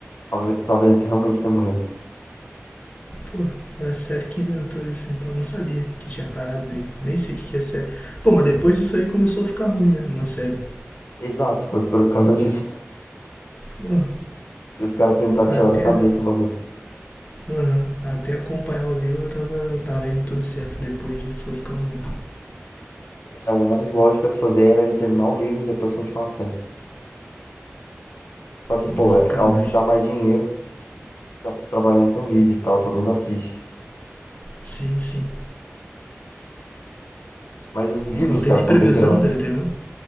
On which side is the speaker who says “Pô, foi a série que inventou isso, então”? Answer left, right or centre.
Left